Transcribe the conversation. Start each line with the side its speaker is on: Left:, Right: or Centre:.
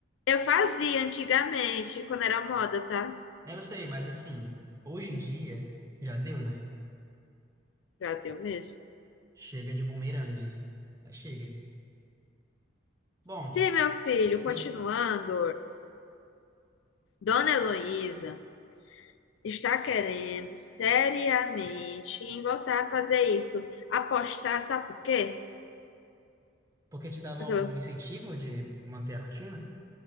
Left: eu fazia antigamente, quando era moda, tá?
Right: Eu sei, mas assim, hoje em dia, já deu, né?
Left: Pra teu mesmo.
Right: Chega de bumerangue. Mas chega. Bom.
Left: Sim, meu filho,
Right: Sim.
Left: continuando, Dona Heloísa está querendo seriamente em voltar a fazer isso. Apostar, sabe por quê?
Right: Porque te dava
Left: Pra
Right: algum
Left: saber-
Right: incentivo de manter a rotina?